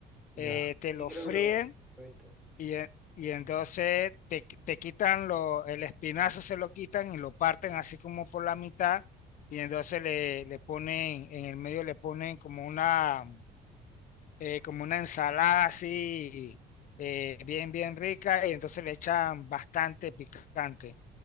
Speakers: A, in the centre; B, on the left.
A: Ya.
B: eh, te
A: Sí,
B: lo
A: creo
B: fríen
A: que lo, lo he visto.
B: y, e- y entonces te, qui- te quitan lo, el espinazo, se lo quitan y lo parten así como por la mitad y entonces le, le ponen, en el medio le ponen como una, eh, como una ensalada así eh, bien, bien rica y entonces le echan bastante picante.